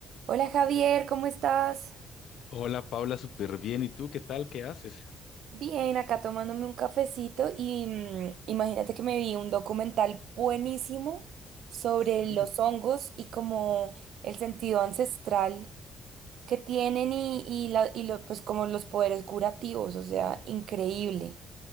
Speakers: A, on the right; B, on the left.
A: Hola Javier, ¿cómo estás?
B: Hola Paula, súper bien. ¿Y tú qué tal? ¿Qué haces?
A: Bien, acá tomándome un cafecito y mm, imagínate que me vi un documental buenísimo sobre
B: Sí.
A: los hongos y como el sentido ancestral que tienen y, y, la- y lo- pues como los poderes curativos, o sea, increíble.